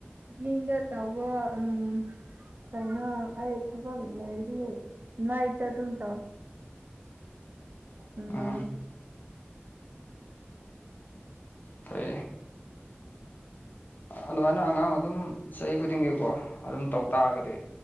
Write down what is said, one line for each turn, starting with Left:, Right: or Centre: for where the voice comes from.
Right: ꯑꯗꯨ ꯇꯕ ꯎꯝ ꯀꯩꯅꯣ ꯑꯩ ꯊꯕꯛ ꯂꯩꯔꯤ ꯅꯥꯏꯇ ꯑꯗꯨꯝ ꯇꯧ ꯏꯅ
Left: ꯎꯝ ꯐ ꯑꯗꯨꯃꯥꯏꯅ ꯑꯉꯥꯡ ꯑꯗꯨꯝ ꯆꯍꯤ ꯈꯨꯗꯤꯡꯒꯤꯀꯣ ꯑꯗꯨꯝ ꯇꯧ ꯇꯥꯔꯒꯗꯤ